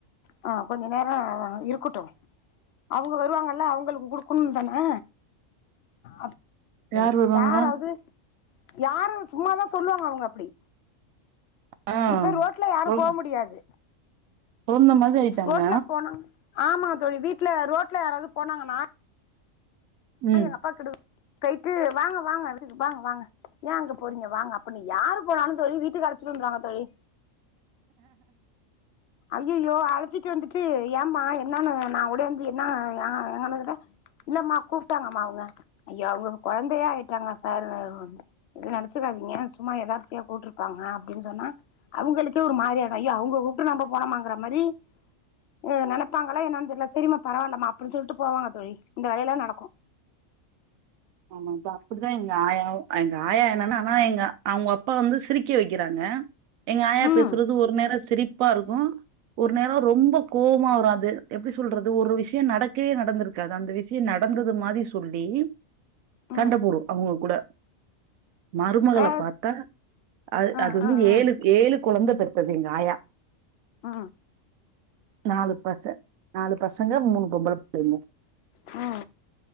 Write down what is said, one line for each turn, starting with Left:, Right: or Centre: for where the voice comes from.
Left: அ கொஞ்ச நேரோ இருக்கட்டு அவுங்க வருவாங்கல்ல அவுங்களுக்கு குடுக்கணு தான அப்
Right: யார் வருவாங்க
Left: யாராது யாரு சும்மாதா சொல்லுவாங்க அவுங்க அப்டி
Right: ஆ
Left: இப்ப ரோட்ல யாரு
Right: கொழ
Left: போ முடியாது
Right: கொழந்த மாதிரி ஆயிட்டாங்க
Left: ரோட்ல போனா ஆமா தோழி வீட்ல ரோட்ல யாராவது போனாங்கன்னா நானு
Right: ம்
Left: எங்க அப்பா கூட போய்ட்டு வாங்க வாங்க வீட்டுக்கு வாங்க வாங்க ஏ அங்க போறீங்க வாங்க அப்புன்னு யாரு போனாலு தோழி வீட்டுக்கு அழச்சுன்னு வந்துரு வாங்க தோழி ஐயய்யோ அழச்சிட்டு வந்துட்டு ஏம்மா என்னான்னு நா ஓடி வந்து என்ன எ எங்கன்னு கேட்டா இல்லமா கூப்ட்டாங்கம்மா அவுங்க ஐயோ அவுங்க கொழந்தையா ஆயிட்டாங்க சார் எது நெனச்சிக்காதீங்க சும்மா எதார்ச்சையா கூப்ட்டுருப்பாங்க அப்டின் சொன்னா அவுங்களுக்கே ஒரு மாரி ஆயிடோ ஐயோ அவுங்க கூப்ட்டு நம்ப போனோமாங்கிற மாரி எ நெனப்பாங்கல்லா என்னான்னத் தெர்ல சரிமா பரவால்லமா அப்டின்னு சொல்ட்டு போவாங்க தோழி இந்த வேலையெல்லா நடக்கோ
Right: ஆமா அப்டிதா எங்க ஆயாவு எங்க ஆயா என்னன்னா ஆனா எங்க அவுங்க அப்பா வந்து சிரிக்க வெக்கிறாங்க எங்க ஆயா
Left: ம்
Right: பேசுறது ஒரு நேரோ சிரிப்பா இருக்கோ ஒரு நேரோ ரொம்ப கோவமா வரோ அது எப்டி சொல்றது ஒரு விஷயோ நடக்கவே நடந்துரு க்காது அந்த விசயோ நடந்தது மாரி சொல்லி சண்டப்
Left: ம்
Right: போடு அவுங்க கூட மருமகளப்
Left: ஆ
Right: பாத்தா அ
Left: ம்
Right: அது வந்து
Left: ம் ம்
Right: ஏழு ஏழு கொழந்தப் பெத்தது எங்க ஆயா
Left: அ
Right: நாலு பச நாலு பசங்க மூணு பொம்பளப் புள்ளைங்க
Left: ஹு